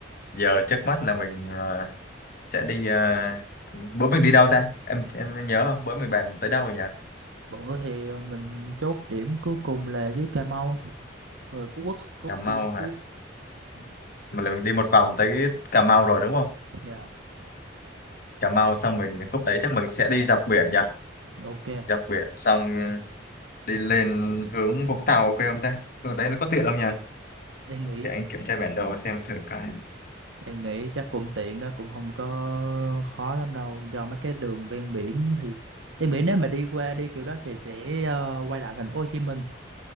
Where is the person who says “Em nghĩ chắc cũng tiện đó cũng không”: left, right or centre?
Right